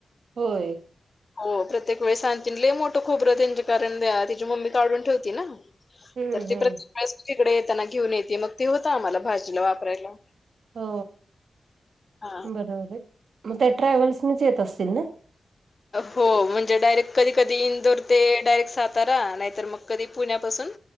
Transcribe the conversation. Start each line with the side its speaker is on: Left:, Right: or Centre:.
Right: होय
Left: हो प्रत्येक वेळी आणती लय मोठं खोबरं त्यांच्या कारण तिची मम्मी काढून ठेवती ना,
Right: हम्म
Left: तर ती
Right: हम्म
Left: प्रत्येक वेळेस तिकडे येताना घेऊन येते मग त होत आम्हाला भाजीला वापरायला.
Right: हो
Left: हा
Right: बरोबर आहे मग त्या ट्रॅव्हल्सनीच येत असतील न
Left: हो म्हणजे डायरेक्ट कधी कधी इंदोर- ते डायरेक्ट सातारा नाहीतर मग कधी पुण्यापासून,